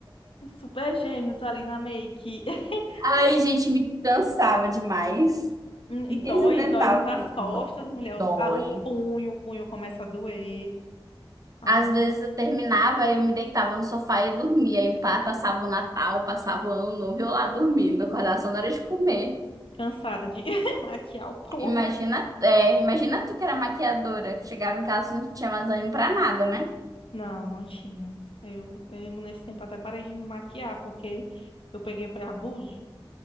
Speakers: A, on the left; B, on the right.
A: super gêmeos ali na make. <laughs>
B: Ai, gente, me cansava demais.
A: Hum, E dói,
B: Eles inventavam
A: dói muito as
B: que
A: costas,
B: dó-
A: mulher.
B: dói.
A: O, a- o punho, o punho começa a doer. Ah,
B: Às vezes eu terminava, eu me deitava no sofá e dormia. Aí o pai passava o Natal, passava o Ano Novo, e eu lá dormindo, acordava só na hora de comer.
A: cansada de <laughs> maquiar o povo.
B: Imagina, é, imagina tu que era maquiadora, chegava em casa não tinha mais ânimo pra nada, né?
A: Não, não tinha. Eu, eu nesse tempo até parei de me maquiar, porque eu peguei, foi abuso.